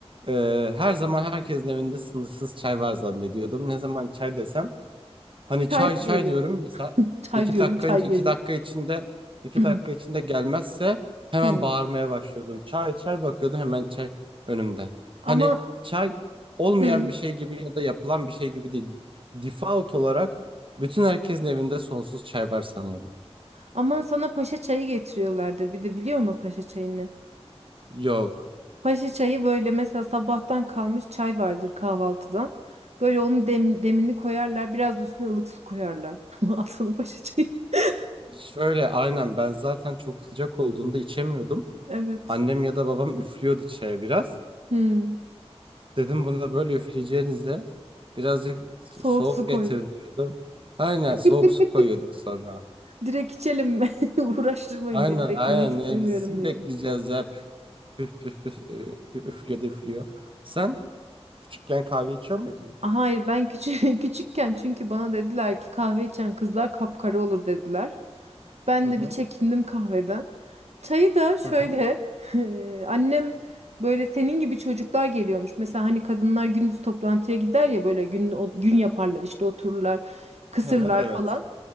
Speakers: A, on the right; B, on the right.
A: e, her zaman herkesin evinde sınırsız çay var zannediyordum. Ne zaman çay desem hani çay
B: Çay mı
A: çay
B: geliyordu?
A: diyorum mesela
B: <laughs> Çay
A: iki
B: diyorum,
A: dakika
B: çay
A: iki
B: geliyor.
A: dakika içinde iki
B: <clears throat>
A: dakika içinde gelmezse hemen
B: Hı.
A: bağırmaya başlıyordum. Çay çay bakıyordum hemen çay önümde.
B: Ama
A: Hani çay olmayan
B: hı.
A: bir şey gibi ya da yapılan bir şey gibi değil. Default olarak bütün herkesin evinde sonsuz çay var sanıyordum.
B: Aman sana paşa çayı getiriyorlardır. Bir de biliyor musun paşa çayını?
A: Yok.
B: Paşa çayı böyle mesela sabahtan kalmış çay vardır kahvaltıdan. Böyle onun dem, demini koyarlar. Biraz da üstüne ılık su koyarlar. <laughs> Al sana paşa çayı. <laughs>
A: Şöyle aynen ben zaten çok sıcak olduğunda içemiyordum.
B: Evet.
A: Annem ya da babam üflüyordu çaya biraz.
B: Hı.
A: Dedim bunu da böyle üfleyeceğinize birazcık
B: Soğuk
A: soğuk
B: su koy.
A: getirin diyordu. Aynen
B: <laughs>
A: soğuk su koyuyorduk sonra.
B: Direkt içelim mi? <laughs> Uğraştırmayın
A: Aynen
B: beni beklemek
A: aynen
B: istemiyorum
A: ne bizim
B: diyorum.
A: bekleyeceğiz ya püf püf püf, püf, ü- üflüyor da üflüyor. Sen küçükken kahve içiyor muydun?
B: Hayır ben küçük <laughs> küçükken çünkü bana dediler ki kahve içen kızlar kapkara olur dediler. Ben
A: Hı hı
B: de bir çekindim kahveden. Çayı da şöyle
A: hı hı.
B: <laughs> eee, annem böyle senin gibi çocuklar geliyormuş. Mesela hani kadınlar gündüz toplantıya gider ya böyle gün o, gün yaparlar işte otururlar, kısırlar
A: Hı hı, Evet.
B: falan.